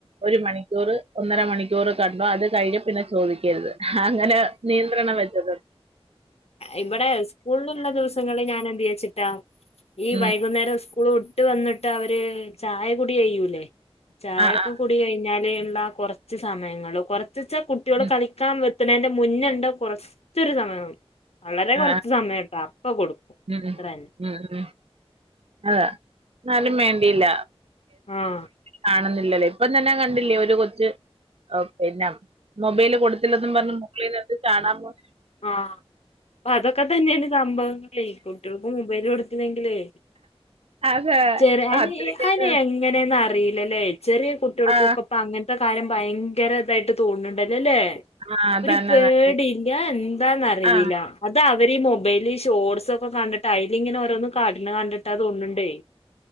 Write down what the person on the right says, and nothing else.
ഒരുമണിക്കൂര് ഒന്നരമണിക്കൂറ് കണ്ടോ അത് കഴിഞ്ഞ് പിന്നെ ചോദിക്കരുത് അങ്ങന നിയന്ത്രണവെച്ചതോണ്ട്
ഉം
ആഹ് ആഹ്
ഉം
ആഹ്
ഉം
ഉം ഉം അതാ എന്നാലുവേണ്ടില്ല
കാണുന്നില്ലല്ലേ ഇപ്പതന്നെ കണ്ടില്ലേ ഒരു കൊച്ച് ഓ പിന്നെ മൊബൈല് കൊടുത്തില്ലെന്നും പറഞ്ഞ് മുകളിന്നെടുത്ത് ചാടാൻപോയെ
അത്
അത്രയ്ക്ക്
ആ
ആ
തന്നെ
തന്നെ
ആ